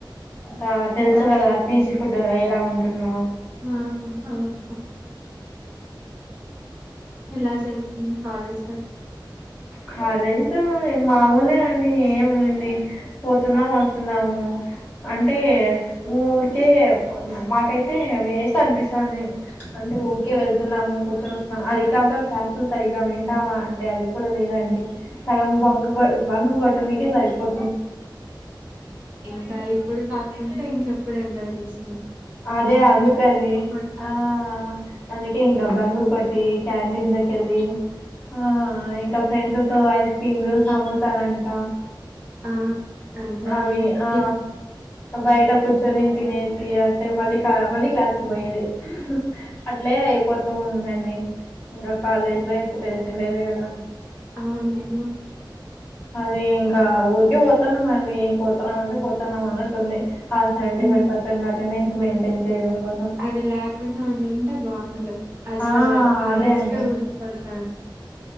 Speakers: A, on the left; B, on the right.
A: ఇంకా తెలుసు
B: ఎలా
A: కదా పీజీ ప్పుడు నువ్వు ఎలా ఉంటున్నావ్
B: <unintelligible> ఎలా జరు ట్లుంది కాలేజు
A: కాలేజీతో మామూలే అండి ఏమిండి పోతున్నాం వస్తున్నాము అంటే ఊరు కే మ మాకైతే వేస్ట్ అనిపిస్తంది అంటే ఊరికే వెళ్తున్నాము కూర్చొని వస్తున్నాము అది కాక క్లాసులు సరిగ్గా వింటామా అంటే అది కూడా లేదం డి సగం బంగు బంగు అనికి సరిపో
B: ఇంకా ఇప్పుడు కాకుండా ఇంకెప్పుడు ఎంజాయి చేసే
A: అదే అందుకండి
B: కొట్ట
A: ఆ నా దగ్గర బంక్ కొట్టి క్యాంటీన్ లో కెళ్ళి ఆ ఇంకా ఫ్రెండ్స్ తో ఐస్ క్రీమ్ లు సమోసాలు అంట
B: ఆ అంతే
A: అవి
B: అంతే
A: ఆ బయట కూర్చొని తినేసి అంటే మళ్ళీ మళ్ళీ క్లాస్ కి పోయేది అట్లే అయిపోతూ అన్నీ ఇంకా కాలేజ్ లైఫ్ తెలుసు ఉండేదే కదా
B: ఆ నేను
A: అదే ఇంకా ఊరికే పోతాన్నా మరి ఏం పోతున్నాం అంటే పోతున్నాం అన్నట్టు ఉంది ఆ seventy
B: hmm
A: five percent attendance maintain చేయడం కోసం
B: అది లేకుండా నను తంటే బాగునే ఎందు అసలు
A: ఆ
B: కాలేజ్
A: అదే అండి
B: కే ఊరుకి పోతా